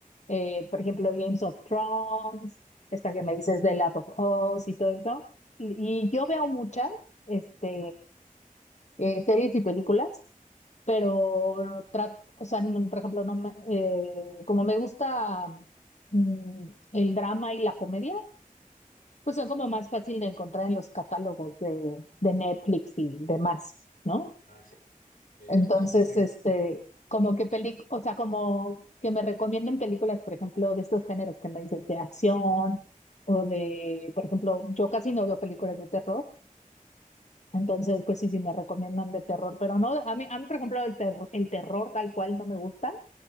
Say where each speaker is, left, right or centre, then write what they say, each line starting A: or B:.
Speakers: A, on the left; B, on the left.
A: eh, por ejemplo, Games of Thrones, esta
B: ah,
A: que
B: ya.
A: me dices de Last of Us y todo eso. Y yo veo muchas este, eh, series y películas, pero trato, o sea, no- por ejemplo, no me, eh, como me gusta mm, el drama y la comedia, pues son como más fácil de encontrar en los catálogos de, de Netflix y demás, ¿no?
B: Ah, sí, Eh,
A: Entonces,
B: sí, porque hay...
A: este, como que peli, o sea, como que me recomienden películas, por ejemplo, de estos géneros que me dices, de acción o de, por ejemplo, yo casi no veo películas de terror, entonces, pues sí, sí me recomiendan de terror, pero no, a mí, a mí, por ejemplo, el terror, el terror tal cual no me gusta,